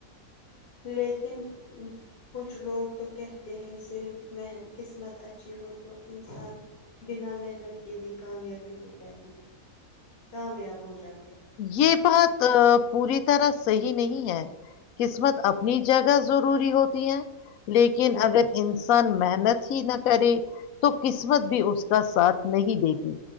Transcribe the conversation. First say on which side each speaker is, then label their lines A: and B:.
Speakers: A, on the left; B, on the left.
A: لیکن کچھ لوگ تو کہتے ہیں صرف من قسمت اچھی ہو تو انسان بنا محنت کے بھی کامیابی ہو جاتی ہے کامیاب ہو جاتے
B: یہ بہت پوری طرح صحیح نہیں ہے قسمت اپنی جگہ ضروری ہوتی ہے
A: ہیں
B: لیکن
A: جی
B: اگر ان محنت ہی نہ کرے تو قسمت بھی اس کا ساتھ نہیں دیتی